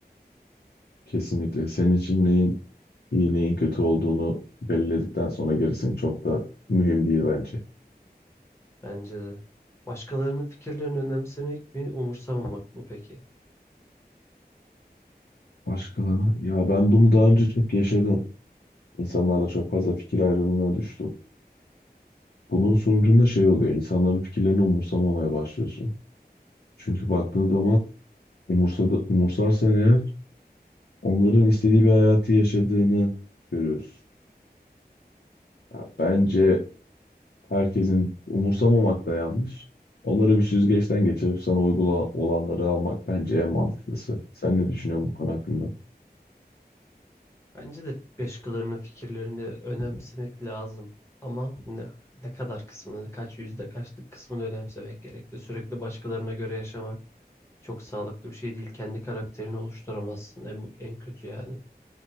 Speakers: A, on the left (about 85°); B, on the left (about 15°).
A: Kesinlikle. Senin için neyin iyi neyin kötü olduğunu belirledikten sonra gerisi çok da mühim değil bence.
B: Bence de. Başkalarının fikirlerini önemsemek mi, umursamamak mı peki?
A: Başkalarına. Ya ben bunu daha önce çok yaşadım. İnsanlarla çok fazla fikir ayrılığına düştüm. Bunun sonucunda şey oluyor. İnsanların fikirlerini umursamamaya başlıyorsun. Çünkü baktığın zaman umursadı, umursarsan eğer onların istediği bir hayatı yaşadığını görüyorsun. Ya bence herkesin umursamamak da yanlış. Onları bir süzgeçten geçirip sana uygula olanları almak bence en mantıklısı. Sen ne düşünüyorsun bu konu hakkında?
B: Bence de başkalarının fikirlerini önemsemek lazım. Ama ne, ne kadar kısmını, kaç yüzde kaçlık kısmını önemsemek gerekli. Sürekli başkalarına göre yaşamak çok sağlıklı bir şey değil. Kendi karakterini oluşturamazsın en, en kötü yani.